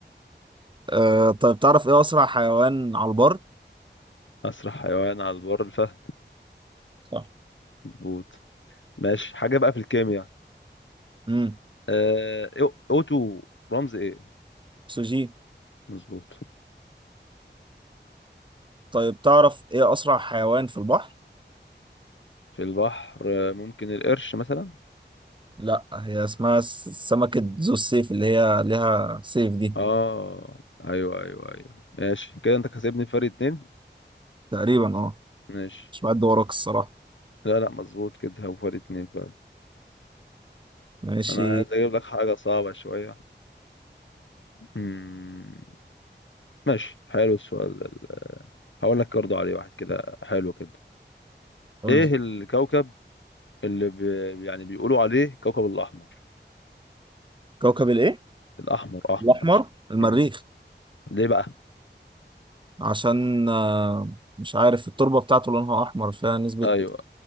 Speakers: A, on the right; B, on the left.
A: آه طيب تعرف ايه أسرع حيوان على البر؟
B: أسرع حيوان على البر الفهد
A: صح
B: مظبوط ماشي حاجة بقى في الكيمياء
A: امم
B: آه... أو- أوتو رمز إيه
A: سوجي
B: مظبوط
A: طيب تعرف ايه أسرع حيوان في البحر؟
B: في البحر آه، ممكن القرش مثلا
A: لا هي اسمها س- سمكة ذو السيف اللي هي ليها سيف دي
B: آه أيوه أيوه أيوه ماشي كده أنت كسبني فرق اتنين
A: تقريبا اه
B: ماشي
A: مش بعد وراك الصراحة
B: لا لا مظبوط كده هو فرق اتنين فعلا
A: ماشي
B: أنا عايز أجيب لك حاجة صعبة شوية مم. ماشي حلو السؤال ده. هقول لك برضه عليه واحد كده حلو كده
A: قول
B: إيه
A: لي.
B: الكوكب اللي بي... يعني بيقولوا عليه كوكب الأحمر
A: كوكب الايه؟
B: الاحمر احمر
A: الأحمر
B: عشان
A: المريخ
B: مم. ليه بقى
A: عشان آه مش عارف التربة بتاعته لونها أحمر فيها نسبة
B: ايوه